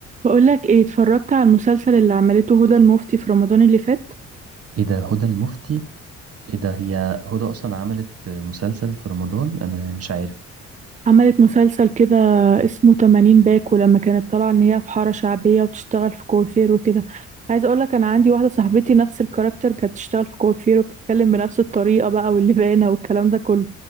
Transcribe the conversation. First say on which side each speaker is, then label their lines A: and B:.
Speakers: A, on the right (about 25°); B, on the right (about 50°).
A: بقولك ايه اتفرجت على المسلسل اللي عملته هدى المفتي في رمضان اللي فات
B: ايه ده هدى المفتي ايه ده هي هدى اصلا عملت مسلسل في رمضان انا مش عارف
A: عملت مسلسل كده اسمه 80 باكو لما كانت طالعة ان هي في حارة شعبية وبتشتغل في كوافير وكده عايزة اقولك انا عندي واحدة صاحبتي نفس الكاركتر كانت بتشتغل في كوافير وبتتكلم بنفس الطريقة بقى واللبانة والكلام ده كله